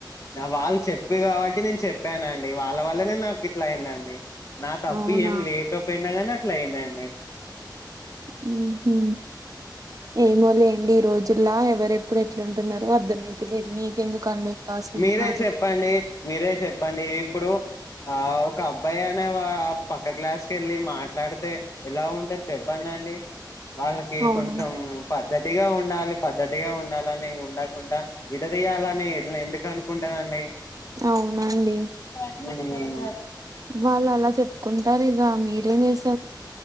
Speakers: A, on the left; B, on the right.
A: నా వాళ్ళు చెప్పి కాబట్టి నేను చెప్పానండి వాళ్ళ వల్లనే నాకు ఇట్లా అయిందండి నా తప్పు
B: అవునా
A: ఏం లేకపోయినా గనీ అట్లా అయిదండి
B: హు హు ఏమోలే డి ఈ రోజులా ఎవరెప్పుడు ఎట్లుంటున్నారో అర్థమయితలేదు మీకెందుకండి ఇంకా ఆ స్నేహాలు
A: మీరే చెప్పండి మీరే చెప్పండి ఇప్పుడు ఆ ఒక అబ్బాయి అనే వా పక్క క్లాస్ వెళ్ళి మాట్లాడితే ఎలా ఉంటే చెప్పండి అండి వాళ్ళకి
B: అవునా
A: కొంచెం ప గట్టిగా ఉండాలి పద్ధతిగా ఉండాలని ఉండకుండా విడదీయాలని నే ఇట్లా ఎందుకు అనుకుంటానండి
B: అవునండి
A: ఊ
B: వాళ్ళు అలా చెప్పుకుంటారు ఇగా మీరేం చేస్త